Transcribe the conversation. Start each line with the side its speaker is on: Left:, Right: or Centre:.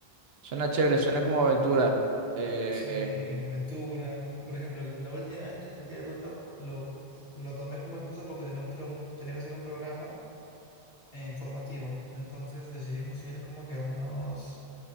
Right: suena chévere, suena como aventura. Eh,
Left: Sí, aventura. Mm, Por ejemplo, la última vez que salí de ruta lo, lo tomé como excusa porque tenía, un, tra- un- tenía que hacer un programa eh, informativo. Entonces decidimos ir como que a unos,